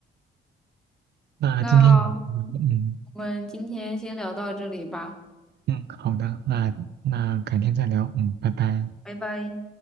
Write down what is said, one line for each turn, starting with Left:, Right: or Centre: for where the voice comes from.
Right: 那今天也嗯嗯，
Centre: 那我们今天先聊到这里吧，
Right: 嗯好的，那那改天再聊，嗯，拜拜。
Centre: 拜拜。